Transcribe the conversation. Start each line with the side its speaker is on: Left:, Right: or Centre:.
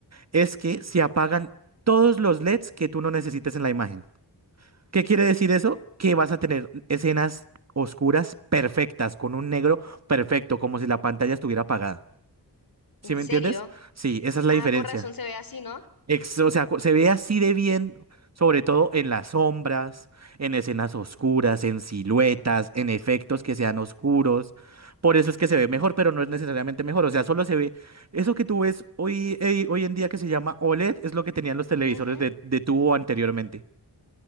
Right: es que se apagan todos los LEDs que tú no necesites en la imagen. ¿Qué quiere decir eso? Que vas a tener escenas oscuras perfectas, con un negro perfecto, como si la pantalla estuviera apagada. ¿Sí
Left: ¿En
Right: me
Left: serio?
Right: entiendes? Sí, esa es la
Left: Ah,
Right: diferencia.
Left: con razón se ve así, ¿no?
Right: Ex- o sea, cu- se ve así de bien, sobre todo en las sombras, en escenas oscuras, en siluetas, en efectos que sean oscuros. Por eso es que se ve mejor, pero no es necesariamente mejor. O sea, solo se ve. Eso que tú ves hoy, eh, hoy en día que se llama OLED es lo que tenían los televisores
Left: Ujú.
Right: de, de tubo anteriormente.